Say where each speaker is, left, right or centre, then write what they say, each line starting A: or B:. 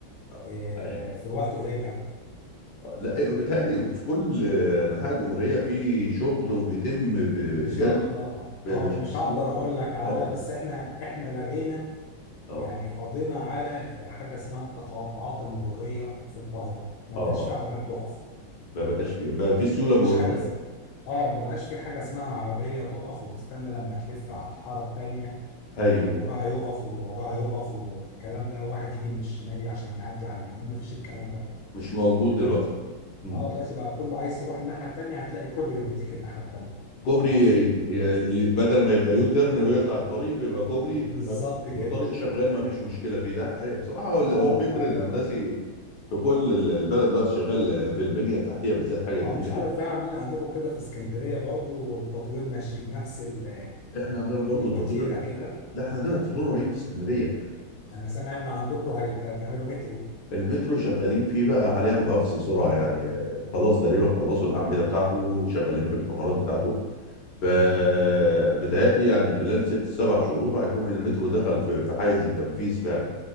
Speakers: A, on the left (about 65°); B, on the left (about 85°).
A: آه.
B: إيه
A: ايوه
B: في وقت قليل قوي
A: آه، لا أيوة، بيتهيألي في كل آه، أنحاء الجمهورية في شغل وبيتم ب- بإنجاز
B: مش هقدر اه
A: ب-
B: اه
A: بش-
B: مش
A: بس-
B: هقدر اقول لك على
A: اه
B: بس احنا احنا لغينا
A: اه
B: يعني قضينا على حاجة اسمها التقاطعات المرورية في القاهرة ما
A: اه
B: بقاش في عربيات تقف
A: ما بقاش في بقى في سيولة
B: مفيش
A: مرورية
B: حاجه اس- اه ما بقاش في حاجه اسمها عربيه تقف وتستنى لما تلف على الحاره التانيه
A: ايوه
B: واللي وراها يقف واللي وراها يقف واللي الكلام ده واحد يجي من الشمال عشان يعدي على اليمين مفيش الكلام ده
A: مش موجود
B: دلوقتي
A: دلوقتي مم.
B: اه دلوقتي بقى كله عايز تروح الناحيه التانيه هتلاقي كوبري يوديك الناحيه التانيه
A: كوبري
B: ما تقفش
A: ي- ي- ال- بدل ما يبقى يو تيرن ويقطع الطريق بيبقى كوبري
B: بالظبط
A: ما-
B: كده
A: والطريق شغال ما فيش مشكله فيه ده حقيقة. بصراحه هو ال-
B: اه
A: هو الفكر
B: فالق
A: الهندسي في كل ال- البلد دلوقتي شغال في البنيه التحتيه بالذات حاجه
B: اه
A: جميله
B: مش عارف
A: جدا
B: بقى عاملين عندكم كده في اسكندريه برضو التطوير ماشي بنفس ال-
A: احنا عندنا برضو
B: الوتيره
A: تطوير
B: كده
A: لا احنا عندنا تطوير رهيب في اسكندريه
B: انا سامع ان عندكم هيتعملوا مترو
A: والمترو شغالين فيه بقى حاليا باقصى سرعه يعني آه، خلاص تقريبا خلصوا الاعمده بتاعته وشغالين في الكاميرات بتاعته فبتهيألي يعني خلال ست سبع شهور هيكون المترو دخل في في حيز التنفيذ فعلا